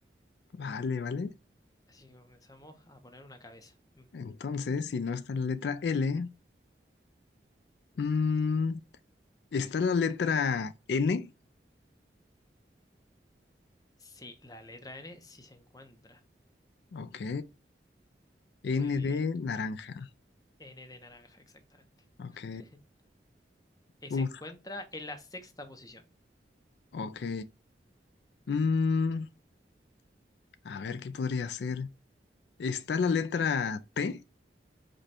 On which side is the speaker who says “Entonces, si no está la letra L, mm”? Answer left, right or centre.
Left